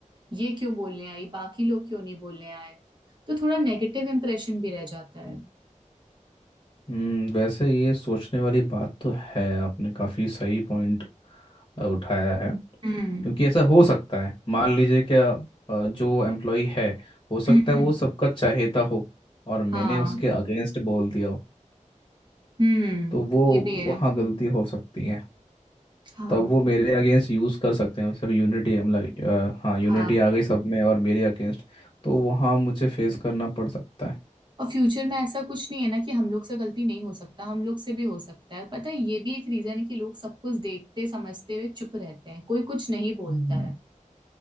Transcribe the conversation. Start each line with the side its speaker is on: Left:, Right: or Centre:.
Right: ये क्यों बोलने आई बाकी लोग क्यों नहीं बोलने आए तो थोड़ा नेगेटिव इम्प्रेशन भी रह जाता है
Left: हम्म, वैसे ये सोचने वाली बात तो है आपने काफ़ी सही पॉइंट उठाया है
Right: हम्म
Left: क्योंकि ऐसा हो सकता है मान लीजिए क्या अ, जो एम्प्लॉय है हो सकता
Right: हम्म
Left: है वो सबका चाहेता हो और मैंने
Right: हाँ
Left: उसके अगेंस्ट बोल दिया हो
Right: हम्म
Left: तो वो
Right: ये भी
Left: वहाँ
Right: है
Left: गलती हो सकती है
Right: हाँ
Left: तब वो मेरे अगेंस्ट यूज़ कर सकते हैं सब यूनिटी मतलब अ, हाँ यूनिटी
Right: हाँ
Left: आ गई सब में और मेरे अगेंस्ट तो वहाँ मुझे फेस करना पड़ सकता है
Right: और फ्यूचर में ऐसा कुछ नहीं है ना कि हम लोग से गलती नहीं हो सकता हम लोग से भी हो सकता है पता है ये भी एक रीजन है कि लोग सब कुछ देखते समझते हुए चुप रहते हैं कोई कुछ नहीं बोलता
Left: हम्म
Right: है